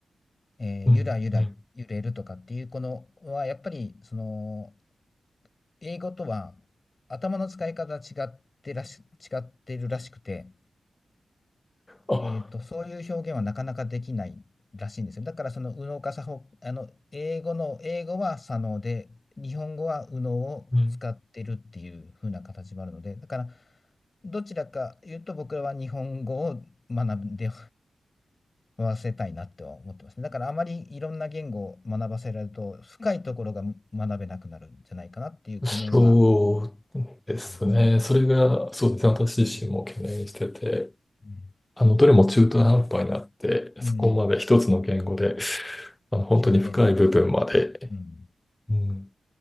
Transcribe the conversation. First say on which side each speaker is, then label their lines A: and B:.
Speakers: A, on the left; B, on the left.
A: えーゆらゆら揺れるとかっていうこのはやっぱりその
B: うん、うん。
A: 英語とは頭の使い方が違ってらし、違ってるらしくて
B: あ、
A: えーと、そういう表現はなかなかできないらしいんですよ。だからその右脳か左脳、あの英語の英語は左脳で、日本語は右脳を使ってるっていう風な形もあるので、
B: うん、
A: だからどちらか言うと僕らは日本語を学んでわせたいなっては思ってますね。だからあまりいろんな言語を学ばせられると深いところが学べなくなるんじゃないかなっていう懸念は
B: そうですね。
A: ありますね。
B: それが、そうですね。私自身も懸念してて、
A: うん、
B: あの、どれも中途半端になって、
A: うん
B: そこまで一つの言語で、あの、本当に深い部分まで、
A: 表現でき、うん
B: うん